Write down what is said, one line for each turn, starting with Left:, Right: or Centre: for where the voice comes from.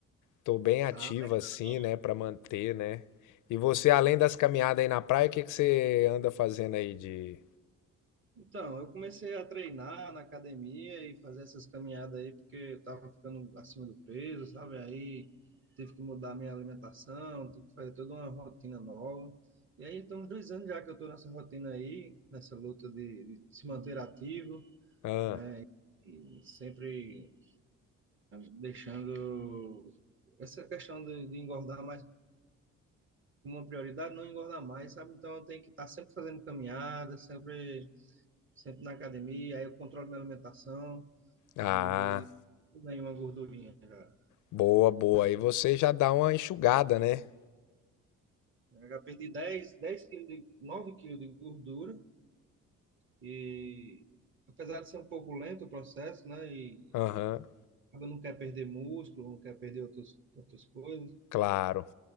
Left: tô bem ativo
Right: Ah, legal.
Left: assim, né? Pra manter, né? E você, além das caminhadas aí na praia, o que que você anda fazendo aí de...
Right: Então, eu comecei a treinar na academia e fazer essas caminhadas aí, porque eu tava ficando acima do peso, sabe? Aí tive que mudar minha alimentação, tive que fazer toda uma rotina nova. E aí, tem uns dois anos já que eu tô nessa rotina aí, nessa luta de, de se manter ativo.
Left: Ah,
Right: né? E sempre deixando essa questão de, de engordar mais uma prioridade, não engordar mais, sabe? Então eu tenho que estar sempre fazendo caminhada, sempre, sempre na academia, aí eu controlo minha alimentação
Left: ah,
Right: e nenhuma gordurinha já.
Left: boa, boa. Aí você já dá uma enxugada, né?
Right: Eu já perdi dez dez quilos, de, 9 quilos de gordura e apesar de ser um pouco lento o processo, né? E
Left: Aham,
Right: acaba não quer perder músculo, não quer perder outros, outras coisas,
Left: claro.